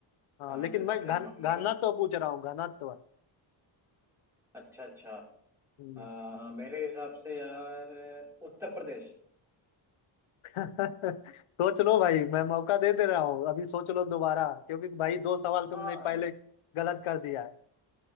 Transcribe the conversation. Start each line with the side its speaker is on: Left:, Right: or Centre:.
Left: हाँ
Centre: हाँ
Left: लेकिन
Centre: जनसंख्या
Left: मैं घन
Centre: के मामले
Left: घनत्व
Centre: में
Left: पूछ रहा हूँ घनत्व
Centre: अच्छा अच्छा
Left: हम्म।
Centre: अ, मेरे हिसाब से यार उत्तर प्रदेश
Left: <laughs> सोच लो भाई मैं मौका दे दे रहा हूँ अभी सोच लो दोबारा क्योंकि भाई दो सवाल तुमने
Centre: हाँ
Left: पहले गलत कर दिया है